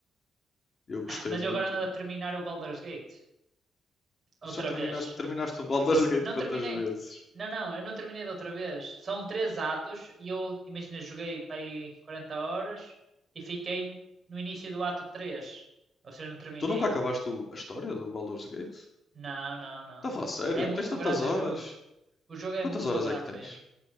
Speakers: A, on the left (about 30°); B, on the right (about 25°).
A: Eu gostei
B: Mas
A: muito.
B: eu agora ando a terminar o Baldur's Gate.
A: Já
B: Outra
A: terminaste,
B: vez.
A: terminaste o Baldur's Gate
B: Não
A: quantas
B: terminei.
A: vezes?
B: Não, não, eu não terminei da outra vez. São três atos e eu, imagina, joguei para aí 40 horas e fiquei no início do ato 3. Ou seja, não terminei.
A: Tu nunca acabaste o- a história do Baldur's Gate?
B: Não, não, não.
A: Está a falar sério?
B: É muito
A: Tens tantas
B: grande
A: horas?
B: o jogo. O jogo é
A: Quantas
B: muito
A: horas
B: grande
A: é que tens?
B: mesmo.